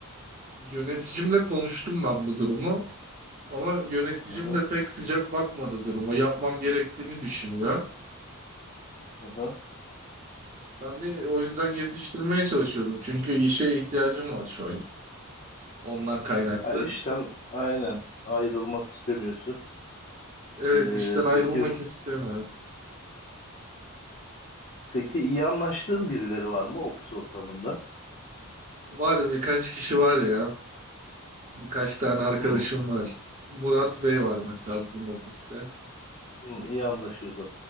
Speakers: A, on the right; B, on the left.
A: Yöneticimle konuştum ben bu durumu ama yöneticim
B: Hı hı,
A: de pek sıcak bakmadı duruma. Yapmam gerektiğini düşünüyor.
B: hı hı.
A: Ben de o yüzden yetiştirmeye çalışıyorum. Çünkü işe ihtiyacım var şu an. Ondan kaynaklı.
B: Ha, işten aynen ayrılmak istemiyorsun.
A: Evet,
B: E,
A: işten ayrılmak
B: peki
A: istemiyorum.
B: peki iyi anlaştığın birileri var mı ofis ortamında?
A: Var ya birkaç kişi var ya. Birkaç tane arkadaşım
B: Hı,
A: var. Murat Bey var mesela bizim ofiste.
B: hı, iyi anlaşıyorsun.